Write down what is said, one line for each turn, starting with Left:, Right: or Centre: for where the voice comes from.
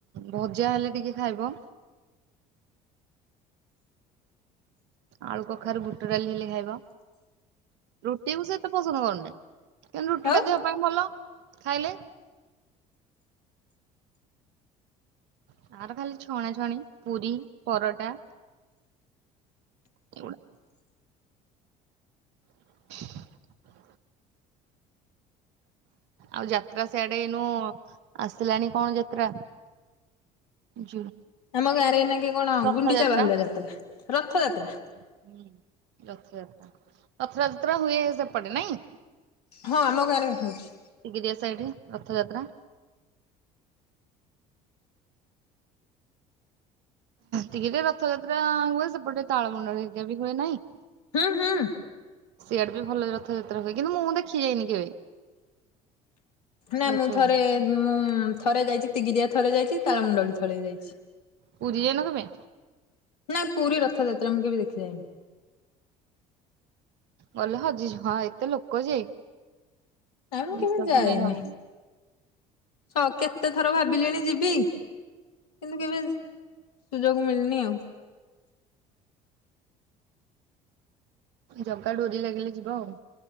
Right: ଭଜା ହେଲେ ଟିକେ ଖାଇବ। ଆଳୁ କଖାରୁ ବୁଟ ଡାଲି ହେଲେ ଖାଇବ। ରୁଟିକୁ ସେ ଏତେ ପସନ୍ଦ କରୁନି କିନ୍ତୁ ରୁଟିଟା
Left: ଆଉ
Right: ଦେହ ପାଇଁ ଭଲ ଖାଇଲେ ତାର ଖାଲି ଛଣା ଛଣି ପୁରୀ, ପରଟା ଏଇଗୁଡ଼ା। <inaudible> ଆଉ ଯାତ୍ରା ସିଆଡେ ଏନୁ ଆସିଲାନି କଣ ଯାତ୍ରା? ଜୁ
Left: ଆମ ଗାଁରେ ଏନାକେ କଣ
Right: ରଥଯାତ୍ରା
Left: ଗୁଣ୍ଡିଚା ବାହୁଡା ଯାତ୍ରା ରଥଯାତ୍ରା।
Right: ହୁଁ ରଥଯାତ୍ରା। ରଥଯାତ୍ରା ହୁଏ ସେପଟେ ନାଇଁ?
Left: ହଁ ଆମ ଗାଁରେ ହୋଉଚି।
Right: <unintelligible> ସାଇଟି ରଥଯାତ୍ରା। ଟିକେ ଟେ ରଥଯାତ୍ରା ହୁଏ ସେପଟେ ତାଳମୁଣ୍ଡଳି ହେକା ବି ହୁଏ ନାହିଁ।
Left: ହୁଁ-ହୁଁ।
Right: ସିଆଡେ ବି ଭଲ ରଥଯାତ୍ରା ହୁଏ, କିନ୍ତ ମୁଁ ଦେଖି ଯାଇନି କେବେ।
Left: ନା
Right: ରଥଯାତ୍ରା
Left: ମୁଁ ଥରେ ମୁଁ ଥରେ ଯାଇଚି ତିଗିଦିଆ ଥରେ ଯାଇଚି ତାରମଣ୍ଡଳୀ ଥରେ ଯାଇଚି।
Right: ପୁରୀ ଯାଇ ନ କେବେ?
Left: ନାଁ ପୁରୀ ରଥଯାତ୍ରା ମୁଁ କେବେ ଦେଖିଯାଇନି।
Right: ଗଲେ ହଜି ଯି ହଁ ଏତେ ଲୋକ ଯେ।
Left: ନା ମୁଁ କେବେ
Right: ନିଶ୍ୱାସ
Left: ଯାଇନି।
Right: ନେଇ ହବନି
Left: ସ କେତେ ଥର ଭାବିଲିଣି ଯିବି କିନ୍ତୁ କେବେ ସୁଯୋଗ ମିଳିନି ଆଉ।
Right: ଜଗା ଡୋରି ଲାଗିଲେ ଯିବା ଆଉ।